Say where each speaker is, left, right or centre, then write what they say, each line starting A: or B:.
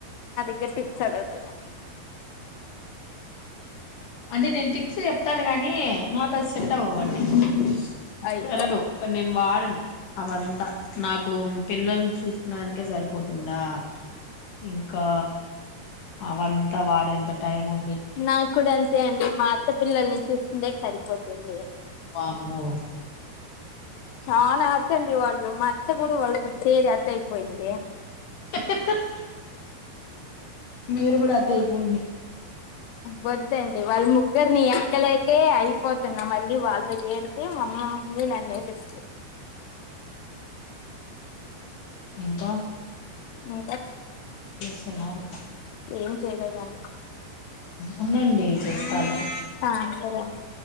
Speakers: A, on the left; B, on the left.
A: ఇక టిప్స్ అడగాదు ఇంగ
B: అంటే నేన్ టిప్స్ చెప్తాను కాని నాకు అది సట్ అవవు చెప్పండి
A: అయ్యో
B: పెరగవ్ కానీ నేను వాడను అవంతా నాకు పిల్లలు చూసుకున్న దానికే సరిపోతుందా ఇంకా అవంత వాడేంత టైమ్ ఉ
A: నాకు కూడా అంతే అండి మా అత్త పిల్లల ను చూసుకుండేకి సరిపోతుంది
B: వామ్మో
A: చాలా వచ్చండి వాళ్ళు మ అత్త కూడా వాళ్లతో సేరి అత్త అయిపోయిందే
B: అహ్ అహ్ మీరు కూడా అత్త అయిపోండి
A: వద్దండి వాళ్ళ ముగ్గురిని ఏగలేకే అయిపోతున్నా మళ్ళీ వాళ్ళతో జేరితే మమ్మ మమ్మని నన్ను ఏసేస్త
B: ఇంకా
A: ఇంకా
B: సన్నారు
A: ఏం చేయలేదండి
B: అవునండి చేస్తాను
A: ఆ సరే అండి